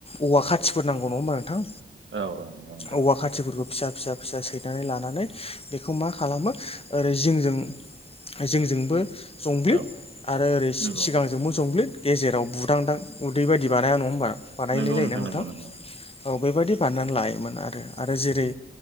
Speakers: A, on the left; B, on the right.
A: औवा खाथिफोर नांगौ नङा होमबा नोंथां।
B: औ औ नंगौ नोंथां।
A: औवा खाथिफोरखौ फिसा फिसा फिसा सैनानै लानानै बेखौ मा खालामो ओरै जिंजों जोंजोंबो जंब्लिद
B: औ
A: आरो ओरै
B: नंगौ
A: सिगांजोंबो जंब्लिद गेजेराव बुदांदां उदै बायदि बानाया नङा होमबा बानायनाय
B: नंगौ
A: जायो ना नोंथां
B: नंगौ नंगौ
A: औ बेबायदि बा नानै लायोमोन आरो जेरै